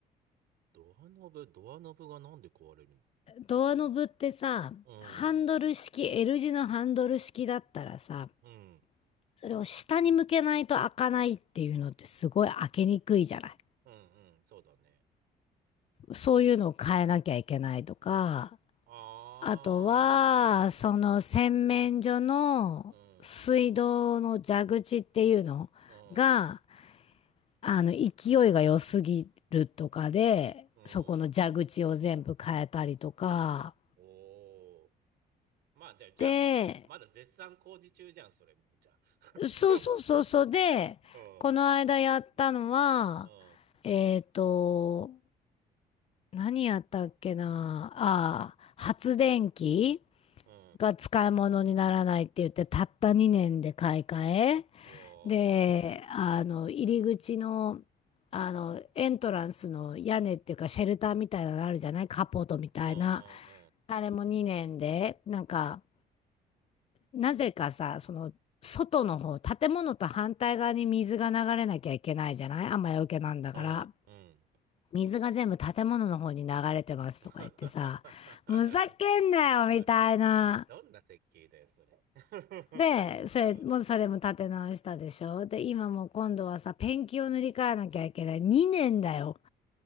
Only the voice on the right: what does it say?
ドアノブ、ドアノブがなんで壊れるの
うん。
うん。
うん。うん。そうだね。
あー、
なるほどね。
うん。うん。うん。
うん。
おー。まあ、じゃあ、じゃあ、
ま、まだ絶賛工事中じゃん、それもう、じゃあ。<laughs>
うん。
うん。
うん。
おー。
うん。うん。
うん。うん。うん。
<laughs>
あ、だ、どんな設計だよ、それ。<laughs>
あ